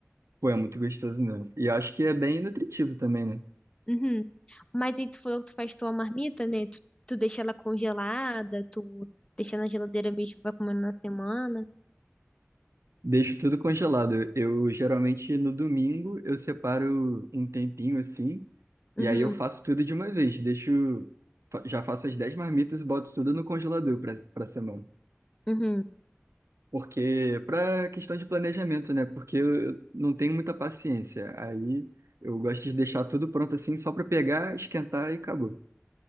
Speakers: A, on the right; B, on the left.
A: Pô, é muito gostoso mesmo. E eu acho que é bem nutritivo também, né?
B: Uhum. Mas aí tu falou que tu faz tua marmita, né? Tu, tu deixa ela congelada, tu deixa na geladeira mesmo, vai comendo na semana.
A: Deixo tudo congelado. Eu geralmente no domingo eu separo um tempinho assim,
B: Uhum,
A: e aí eu faço tudo de uma vez. Deixo, fa- já faço as 10 marmitas e boto tudo no congelador para para semana.
B: uhum.
A: Porque para questão de planejamento, né? Porque eu, eu não tenho muita paciência. Aí eu gosto de deixar tudo pronto assim só para pegar, esquentar e acabou.